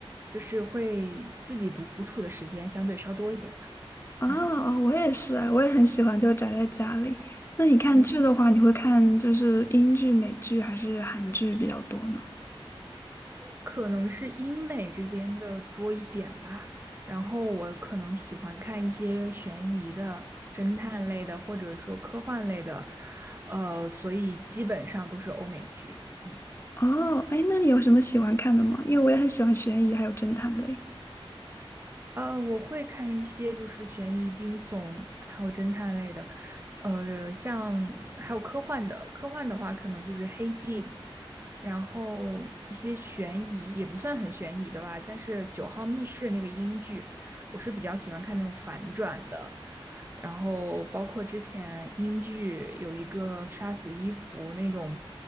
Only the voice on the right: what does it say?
就是会自己独处的时间相对稍多一点吧，
嗯
嗯。
可能是英美这边的多一点吧。然后我可能喜欢看一些悬疑的、侦探类的，或者说科幻类的，呃，所以基本上都是欧美剧。嗯。
呃，我会看一些就是悬疑、惊悚，还有侦探类的，呃，像还有科幻的。科幻的话，可能就是《黑镜》，然后一些悬疑也不算很悬疑的吧。但是《九号密室》那个英剧，我是比较喜欢看那种反转的。然后包括之前英剧有一个《杀死伊芙》那种